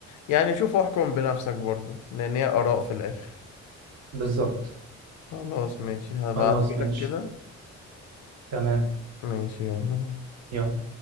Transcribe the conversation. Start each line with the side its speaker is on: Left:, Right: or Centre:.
Left: يعني شوف واحكم بنفسك برضو لان هي اراء في الاخر
Right: بالظبط
Left: خلاص ماشي هبعتهولك
Right: خلاص ماشي
Left: كده
Right: تمام
Left: ماشي يلا باي.
Right: يلا